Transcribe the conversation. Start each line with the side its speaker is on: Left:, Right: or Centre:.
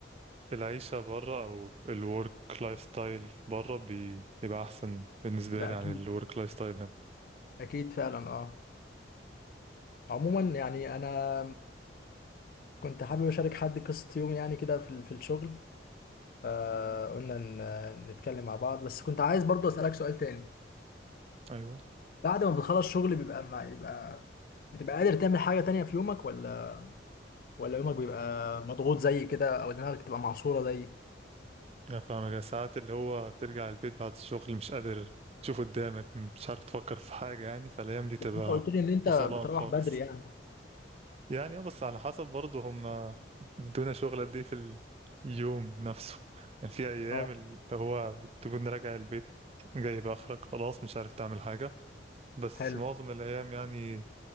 Right: العيشة برا أو الورك لايف ستايل برا بيبقى أحسن بالنسبة
Left: ده
Right: لي عن
Left: اكيد
Right: الورك لايف ستايل هنا
Left: اكيد فعلا اه عموما يعني انا كنت حابب اشارك حد قصه يومي يعني كده في في الشغل فقلنا ن- نتكلم مع بعض بس كنت عايز برضو أسألك سؤال تاني
Right: أيوه
Left: بعد ما بتخلص شغل بيبقى ما يبقى بتبقى قادر تعمل حاجة تانية في يومك ولا ولا يومك بيبقى مضغوط زي كده أو دماغك بتبقى معصورة زي
Right: أنا فاهمك يا ساعات اللي هو ترجع البيت بعد الشغل مش قادر تشوف قدامك مش عارف تفكر في حاجة يعني فالأيام دي تبقى
Left: بس أنت قلت لي إن أنت
Right: فصلان
Left: بتروح
Right: خالص
Left: بدري يعني
Right: يعني اه بس على حسب برضه هم ادونا شغل قد ايه في اليوم نفسه يعني في أيام
Left: اه
Right: اللي هو بتكون راجع البيت جايب آخرك خلاص مش عارف تعمل حاجة بس
Left: حلو
Right: معظم الأيام يعني